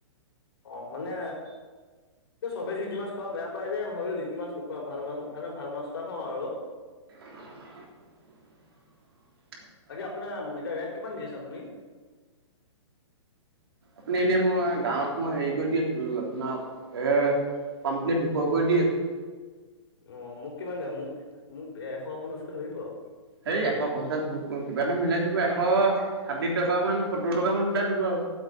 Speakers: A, on the left; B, on the right.
A: অ' মানে চবে জিটি মাছ খাব বেয়া পাই যে, ভাবিলো যে জিটি মাছ নুখুৱাওঁ ভাল মাছ ভাল মানে ভাল মাছ এটা খুৱাওঁ আৰু।
B: <unintelligible>
A: বাকী আপোনাৰ এতিয়া ৰেট কিমান দি আছে আপুনি?
B: আপুনি এনেই মই গাঁৱত মই হেৰি কৰি দি আছিলো আপোনাৰ এ পামপ্লেত দু শকৈ দি আছো।
A: অ' মোক কিমানকৈ মোক মোক এশ পঞ্চাছকে ধৰিব আৰু।
B: সেই এশ পঞ্চাশ বহুত ক'ম, কিবা এটা মিলাই দিব। এশ ষাঠি টকামান সত্তৰ টকামান এটা দিব আৰু।